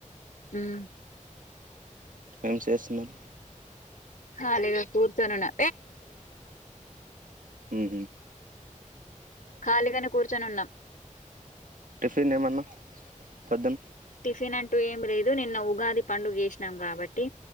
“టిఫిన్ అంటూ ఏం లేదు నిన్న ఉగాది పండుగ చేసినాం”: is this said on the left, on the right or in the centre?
Left